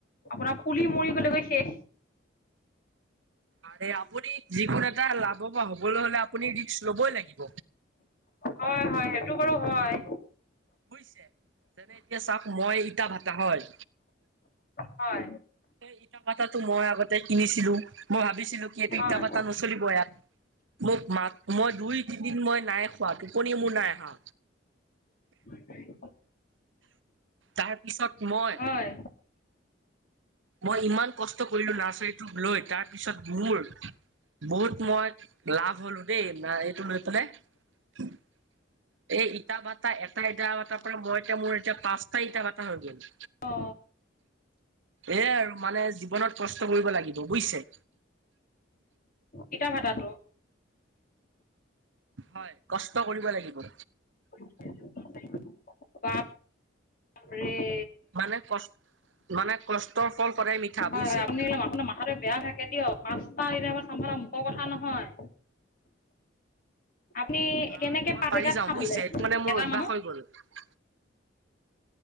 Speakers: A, on the left; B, on the right.
A: আপোনাৰ পুলি মৰি গলেগৈ শেষ।
B: আৰে আপুনি যিকোনো এটা লাভবান হ'বলৈ হলে আপুনি ৰিক্স লবই লাগিব।
A: হয়, হয়। সেইটো বাৰু হয়।
B: বুইছে? যেনে এতিয়া চাওক মই ইটা ভাটা হয়
A: হয়।
B: এই ইটা ভাটাটো মই আগতে কিনিছিলো। মই ভাবিছিলো কি এইটো
A: হয়
B: ইটা ভাটা নচলিব ইয়াত। মোক মাক মই দুই, তিনিদিন মই নাই খোৱা, টোপনি মোৰ নাই আহা।
A: হয়, হয়।
B: তাৰপিছত মই
A: হয়।
B: মই ইমান কষ্ট কৰিলো নাৰ্চাৰীটোক লৈ, তাৰপিছত মোৰ বহুত মই লাভ হ'লো দেই না এইটো লৈ পেলাই। এ ইটা ভাটা, এটা ইটা ভাটাৰ পৰা মই এতিয়া মোৰ এতিয়া পাঁচটা ইটা ভাটা হৈ গল।
A: অ।
B: এইয়াই আৰু মানে জীৱনত কষ্ট কৰিব লাগিব বুইছে।
A: ইটা ভাতাটো
B: হয়, কষ্ট কৰিব লাগিব।
A: <unintelligible> বাপ ৰে।
B: মানে কচ মানে কষ্টৰ ফল সদাই মিঠা,
A: হয়
B: বুইছে?
A: হয় আপুনি <unintelligible> বেয়া থাকে দিয়ক। পাঁচটা ইটা ভাটা চম্ভালা মুখৰ কথা নহয়। আপুনি
B: ভাই
A: কেনেকে
B: মই
A: পাঁচ
B: পাৰি
A: জেগাত
B: যাওঁ
A: চলে
B: বুজিছে এইটো মানে মোৰ
A: এটা মানুহ?
B: <unintelligible>